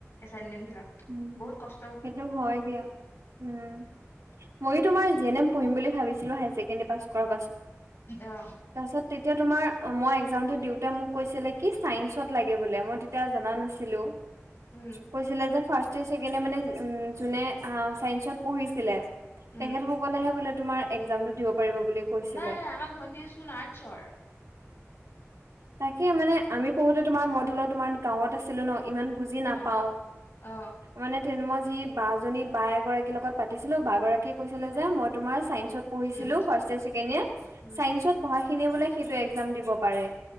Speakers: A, on the left; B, on the right.
A: এচাইনমেন
B: উম,
A: বহুত কষ্
B: সেইটো হয় দিয়া, উম, ময়ো তোমাৰ জিন এম পঢ়িম বুলি ভাবিছ ছিলো হাই চেকেণ্ডাৰী পাছ কৰাৰ
A: অ
B: পাছত তেতিয়া তোমাৰ মই একজামটো দিওঁ তেওঁ মোক কৈছিলে কি চাইন্সত লাগে বোলে মই তেতিয়া জানা নাছিলো,
A: উম
B: কৈছিল যে ফাৰ্ষ্ট ইয়াৰ চেকেণ্ড ইয়াৰ মানে উম, যোনে অ', চাইঞ্চত পঢ়িছিলে
A: উম
B: তেখেতসকলেহে বোলে তোমাৰ একজামটো দিব পাৰিব বুলি কৈছিলে।
A: নাই, নাই আমাৰ ভণ্টি চোন আৰ্টচৰ।
B: তাকে মানে আমি পঢ়োতে তোমাৰ মই ধৰি লওঁ তোমাৰ গাঁৱত আছিলোঁ ন'। ইমান বুজি নাপাওঁ
A: অ অ
B: মানে তেনে মই যি বা এগৰাকীৰ লগত পাতিছিলো বাগৰাকী কৈছিলে যে মই তোমাৰ চাইন্ চত পঢ়িছিলো
A: উম
B: ফাৰ্ষ্ট ইয়াৰ ছেকেণ্ড ইয়াৰ,
A: উম
B: চাইন্সত পঢ়াখিনিয়ে বোলে সেইটো এক্সাম দিব পাৰে।